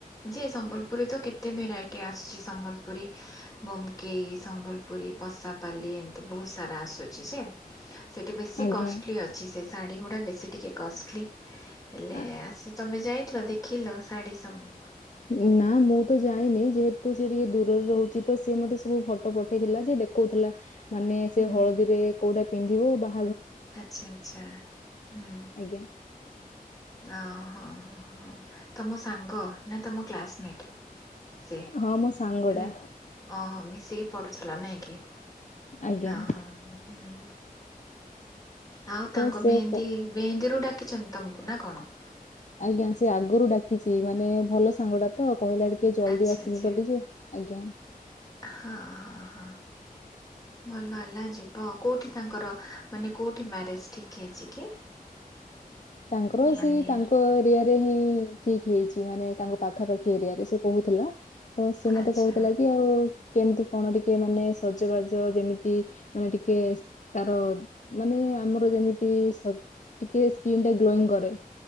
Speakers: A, on the left; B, on the left.
A: ଯେ ସମ୍ବଲପୁରରେ ତ କେତେ ଭେରାଇଟି ଆସଛି ସମ୍ବଲପୁରୀ ବୋମକେଇ ସମ୍ବଲପୁରୀ ପଷାପାଲି ଏମତି ବୋହୁତ ସାରା ଆସ ଚି ଯେ ସେଠି ବେଶୀ
B: ଆଜ୍ଞା।
A: କଷ୍ଟଲି ଅଛି ସେ ଶାଢ଼ୀଗୁଡ଼ା ଟିକେ କଷ୍ଟଲି। ହେଲେ
B: ଆ,
A: ଆସି ତମେ ଯାଇଥିଲ ଦେଖିଲ ଶାଢୀ ସବୁ?
B: ଉଁ ନା ମୁଁ ତ ଯାଇନେଇ ଯେହେତୁ ସେ ଟିକେ ଦୂରରେ ରହୁଚି ତ ସିଏ ମୋତେ ସବୁ ଫଟୋ ପଠେଇଥିଲା ଯେ ଦେଖୋଉଥୁଲା ମାନେ
A: ହୁଁ
B: ସେ ହଳଦୀରେ କୋଉଟା ପିନ୍ଧିବ ବାହା
A: ଆଚ୍ଛା ଆଚ୍ଛା ହୁଁ।
B: ଆଜ୍ଞା
A: ଅହଁ ହଁ ହଁ ତମ ସାଙ୍ଗ? ନା ତମ କ୍ଲାସମେଟ୍ ସେ।
B: ହଁ ମୋ
A: ମାନେ
B: ସାଙ୍ଗ ଟା
A: ଅ-ଅ ମି ସେ ପଡୁଥିଲା ନାଇଁ କି?
B: ଆଜ୍ଞା।
A: ଓହୋ ହୁଁ ଆଉ
B: ତ
A: ତାଙ୍କ
B: ସେ
A: ମେହେନ୍ଦୀ!
B: ପ-
A: ମେହେନ୍ଦୀରୁ ଡାକିଛନ୍ତି ତମକୁ ନା କଣ?
B: ଆଜ୍ଞା, ସେ ଆଗରୁ ଡାକିଚ, ମାନେ ଭଲ ସାଙ୍ଗ ଟା ତ କହିଲା ଟିକେ ଜଲଦି
A: ଆଚ୍ଛା
B: ଆସିବୁ
A: ଆଚ୍ଛା
B: ବୋଲି ଯେ। ଆଜ୍ଞା।
A: ହଁ ହଁ ହଁ। ଭଲ ହେଲା ଯିବ କୋଉଠି ତାଙ୍କର ମାନେ କୋଉଠି ମ୍ୟାରେଜ ଠିକ୍ ହେଇଛି କି?
B: ତାଙ୍କର
A: ମାନେ
B: ସେ ତାଙ୍କ ଏରିଆରେ ହିଁ ଠିକ୍ ହେଇଛି ମାନେ ତାଙ୍କ ପାଖାପାଖି ଏରିଆରେ ସେ କହୁଥିଲା। ତ ସେ ମତେ
A: ଆଚ୍ଛା
B: କହୁଥିଲା କି ଆଉ କେମିତି କଣ ଟିକେ ମାନେ ସଜବାଜ, ଯେମିତି ମାନେ ଟିକେ ତାର ମାନେ ଆମର ଯେମିତି ସ ଟିକେ ସ୍କିନ୍ ଟା ଗ୍ଲୋଇଂ କରେ।